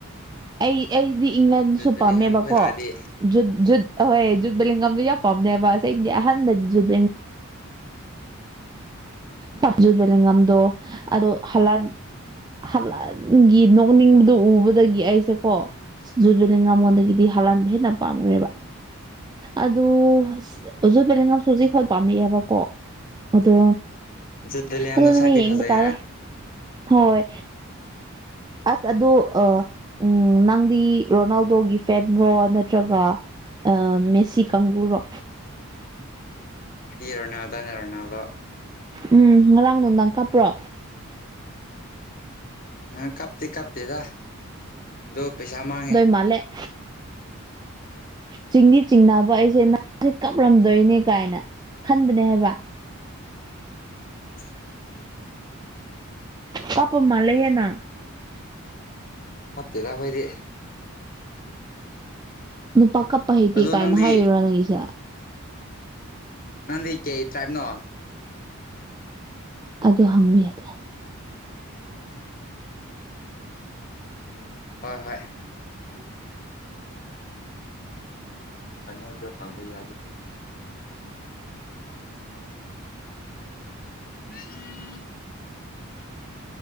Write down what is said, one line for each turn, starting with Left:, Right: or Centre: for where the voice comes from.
Right: ꯑꯩ ꯑꯩꯗꯤ ꯏꯪꯂꯦꯟꯁꯨ
Left: ꯖꯨꯠ ꯕꯦꯂꯤꯍꯥꯝ
Right: ꯄꯥꯝꯃꯦꯕꯀꯣ
Left: ꯈꯣꯏ ꯂꯥꯛꯑꯗꯤ
Right: ꯖꯨꯠ ꯨꯠ ꯍꯣꯏ ꯖꯨꯠꯕ ꯂꯦꯡꯒꯝꯗꯨꯣ ꯌꯥꯝ ꯄꯝꯅꯦꯕꯗꯤ ꯑꯍꯟꯗꯗꯤ ꯖꯨꯠ ꯄꯝꯖꯕꯉꯝꯗꯣ ꯑꯗꯣ ꯍꯂꯥꯟ ꯍꯍꯟꯒꯤ ꯅꯣꯛꯅꯤꯡꯕꯗꯨ ꯎꯕꯗꯒꯤ ꯑꯩꯁꯦꯀꯣ ꯖꯨꯔꯕꯤꯂꯤ ꯉꯝꯃꯗꯒꯗꯦ ꯍꯥꯍꯟꯕ ꯍꯦꯟꯅ ꯄꯥꯝꯈ꯭ꯔꯦꯕ ꯑꯗꯨ ꯍꯧꯖꯤ ꯄꯦꯂ ꯁ ꯍꯧꯖꯤꯛ ꯄꯥꯝꯃꯛꯑꯦꯕꯀꯣ ꯑꯗꯣ
Left: ꯖꯨꯠ ꯕꯦꯂꯤꯍꯥꯝꯗꯣ
Right: ꯑꯗꯨ ꯅꯃꯤ
Left: ꯁꯛꯇꯤ
Right: ꯌꯦꯡꯕ
Left: ꯐꯖꯩꯅ
Right: ꯇꯥꯔꯦ ꯍꯣꯏ ꯑꯁ ꯑꯗꯨ ꯑ ꯎꯝ ꯅꯪꯗꯤ ꯔꯣꯅꯥꯜꯗꯣꯒꯤ ꯐꯦꯗ꯭ꯔꯣ ꯅꯠꯇ꯭ꯔꯒ ꯑ ꯃꯦꯁꯤ ꯀꯪꯒꯨꯔꯣ
Left: ꯍꯥꯏꯗꯤ ꯏꯔꯣꯅꯥꯜꯗ ꯅꯔꯣꯅꯥꯗꯣ
Right: ꯎꯝ ꯉꯔꯥꯡ ꯅꯨꯡꯗꯥꯡꯪ ꯀꯥꯞꯄ꯭ꯔꯣ
Left: ꯅ ꯀꯥꯞꯇꯦ ꯀꯥꯞꯇꯦꯗ ꯑꯗꯣ ꯄꯩꯁꯥ ꯃꯥꯡꯉꯦ
Right: ꯃꯥꯂꯦ ꯆꯤꯡꯗꯤ ꯆꯤꯡꯅꯕ ꯑꯩꯁꯦ ꯅꯍꯁꯦ ꯀꯞꯂꯝꯝꯗꯣꯏꯅꯦ ꯀꯥꯏꯅ ꯈꯟꯕꯅꯦ ꯍꯥꯏꯕ
Left: ꯁꯤ <unintelligible>
Right: ꯄꯥꯄ ꯃꯥꯜꯂꯦ ꯍꯦꯅ
Left: ꯍꯥꯞꯇꯦꯗ ꯑꯩꯈꯣꯏꯗꯤ
Right: ꯅꯨꯄꯥ ꯀꯞꯄ ꯍꯩꯇꯦ
Left: ꯑꯗꯣ
Right: ꯀꯥꯏꯅ
Left: ꯅꯪꯗꯤ
Right: ꯍꯥꯏꯔꯤꯔꯣ ꯅꯪꯒꯤꯁꯦ
Left: ꯅꯪꯗꯤ ꯀꯩ ꯇ꯭ꯔꯥꯏꯞꯅꯣ
Right: ꯑꯗꯨ ꯍꯪꯕꯤ ꯌꯥꯗꯦ
Left: ꯍꯣꯏ ꯍꯣꯏ ꯐꯅꯗꯣ <unintelligible> ꯍꯪꯕ ꯌꯥꯗꯦ ꯎꯝ <unintelligible>